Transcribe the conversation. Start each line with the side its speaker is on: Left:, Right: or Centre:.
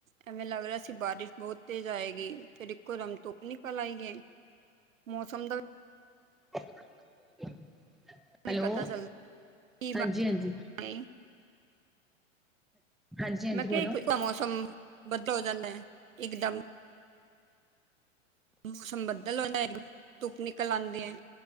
Right: ਐਵੇਂ ਲੱਗ ਰਿਹਾ ਸੀ ਬਾਰਿਸ਼ ਬਹੁਤ ਤੇਜ਼ ਆਏਗੀ ਫਿਰ ਇੱਕ ਦਮ ਧੁੱਪ ਨਿਕਲ ਆਈ ਗਏ ਮੌਸਮ ਦਾ
Centre: <unintelligible>
Right: ਨਹੀਂ
Centre: ਹੈਲੋ,
Right: ਪਤਾ ਚੱਲਦਾ ਕੀ
Centre: ਹਾਂਜੀ -ਹਾਂਜੀ।
Right: ਬਣ
Centre: ਹਾਂਜੀ, ਹਾਂਜੀ
Right: ਮੈਂ
Centre: ਬੋਲੋ।
Right: ਕਿਹਾ ਮੌਸਮ ਬਦਲ ਹੋ ਜਾਂਦਾ ਹੈ ਇਕਦਮ ਮੌਸਮ ਬੱਦਲ ਉਹਦਾ ਧੁੱਪ ਨਿਕਲ ਆਉਂਦੇ ਹੈ